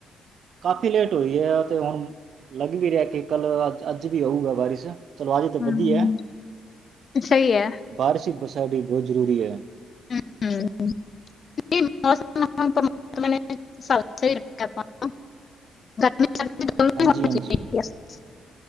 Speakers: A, on the right; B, on the left.
A: ਕਾਫ਼ੀ ਲੇਟ ਹੋਈ ਐ, ਤੇ ਹੁਣ ਲੱਗ ਵੀ ਰਿਆ ਕਿ ਕੱਲ੍ਹ ਅੱ ਅੱਜ ਵੀ ਹੋਈ ਏ ਬਾਰਿਸ਼। ਚਲੋ ਆਜੇ ਤੇ
B: ਹੂੰ
A: ਵਧੀਆ,
B: ਸਹੀ ਹੈ
A: ਬਾਰਿਸ਼ ਵੀ ਸਾਡੇ ਬੋਤ ਜ਼ਰੂਰੀ ਐ।
B: <unintelligible> <unintelligible>
A: ਹਾਂਜੀ-ਹਾਂਜੀ।
B: <inaudible>